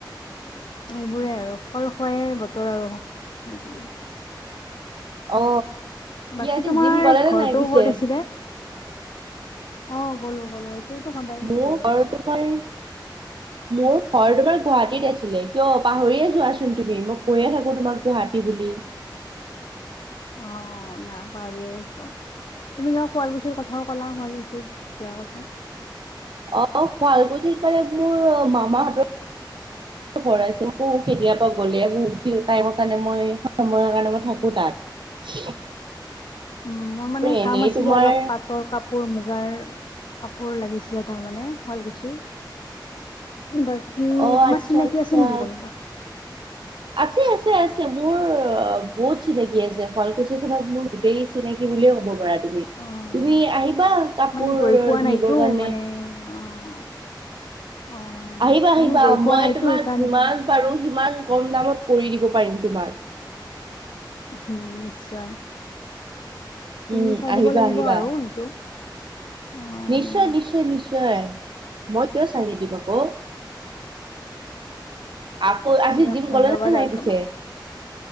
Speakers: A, on the left; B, on the right.
A: এইবোৰে আৰু ফল খোৱায়ে বতৰ আৰু।
B: অ
A: বাকী
B: আজি
A: তোমাৰ
B: জিম গলা নে
A: ঘৰটো
B: নাই পিছে
A: ক'ত আছিলে? অ' গ'লো গ'লো। এইটোতো সদায়
B: মোক
A: গৈ
B: আৰু
A: আছো
B: তোমাৰ মোৰ ঘৰ তোমাৰ গুৱাহাটীত আছিলে কিয় পাহৰিয়ে যোৱাচোন তুমি মই কৈয়ে থাকো তোমাক গুৱাহাত টী বুলি।
A: অ' নাই পাহৰিয়ে গৈছো। তুমি কিবা শুৱালকুছিৰ কথাও ক'লা শুৱালকুছিক যোৱাৰ কথা।
B: অ' শুৱালকুছিত মানে মোৰ মামা হঁতৰ ঘৰ আছে। মোকৌ কেতিয়াবা গ'লে বহুত টাইমৰ কাৰণে মই সময়ৰ কাৰণে মই থাকো
A: অ
B: তাত।
A: উম, মোৰ মানে
B: এনেই
A: কাম আছিলে
B: তোমাৰ
A: অলপ পাটৰ কাপোৰ, মুগাৰ। কাপোৰ লাগিছিলে তাৰমানে, শুৱালকুছিৰ। বাকী
B: অ
A: তোমাৰ
B: আচ্ছা
A: চিনাকি
B: আচ্ছা
A: আছে নেকি কোনোবা?
B: আছে আছে, আছে। মোৰ অ বহুত চিনাকি আছে। শুৱালকুছি খনত মোৰ গোটেই চিনাকি বুলিয়ে ক'ব পাৰা। তুমি,
A: অ',
B: তুমি আহিবা কাপোৰ
A: মানে গৈ পোৱা নাইতো
B: নিবৰ কাৰণে।
A: মানে অ', অ'।
B: আহিবা আহিবা,
A: মানে গৈ পোৱা
B: মই
A: নাইতো
B: তোমাক
A: সেইকাৰণে
B: যিমান
A: সুধিছো
B: পাৰো
A: আৰু।
B: সিমান কম দামত কৰি দিব পাৰিম তোমাক। <inaudible>
A: উম, নিশ্চয়। তুমি
B: উম
A: চাই
B: আহিবা
A: দিব লাগিব
B: আহিবা
A: আৰু সেইটো। অ',
B: নিশ্চয়, নিশ্চয়, নিশ্চয। মই কিয় চাই নিদিম আকৌ। আকৌ, আজি
A: দিয়ক
B: জিম
A: ধন্যবাদ
B: গলা নে নাই
A: আৰু
B: পিছে?
A: তোমাক।